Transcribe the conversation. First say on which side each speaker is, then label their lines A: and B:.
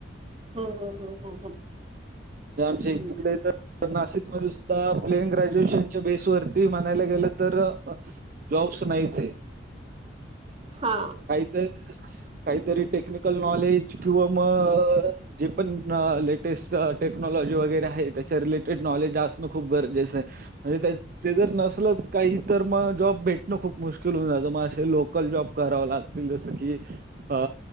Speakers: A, on the right; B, on the right.
A: हो हो हो, हो हो.
B: ते आमच्या
A: हम्म
B: इकडे तर. तर नाशिकमध्ये सुद्धा प्लेन ग्रॅज्युएशनच्या बेसवरती म्हणायला गेलं तर अ जॉब्स त नाहीच ए.
A: हा.
B: ते. काहीतरी टेक्निकल नॉलेज किंवा म जे पण लेटेस्ट. टेक्नॉलॉजी वगैरे हाए त्याच्या रिलेटेड नॉलेज असणं खूप गरजेचं ए म्हणजे त्याच ते जर नसलच काही तर मग जॉब भेटणं खूप मुश्किल होऊन जातं, मग असे लोकल जॉब करावं लाग जस की अ